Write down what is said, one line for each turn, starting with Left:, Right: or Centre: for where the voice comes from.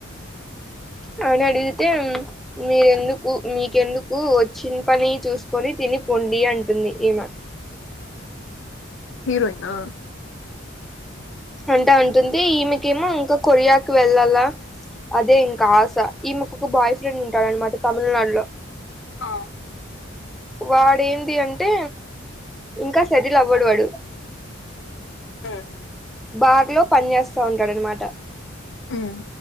Centre: అ అని అడిగితే మీరెందుకు మీకెందుకు వచ్చిన పని చూసుకొని తిని పండి అంటుంది ఈమె
Left: హీరోయినా
Centre: అంటా ఉంటుంది ఈమెకేమో ఇంకా కొరియా వెళ్ళాలా అదే ఇంకా ఈ మాకు ఒక బాయ్ ఫ్రెండ్ ఉంటాడు అనమాట తమిళనాడులో
Left: ఆ
Centre: వాడేంటి అంటే ఇంకా సెటిల్ అవ్వడు వాడు
Left: హ్మ్
Centre: బార్లో పని చేస్తా ఉంటాడనమాట
Left: ఉమ్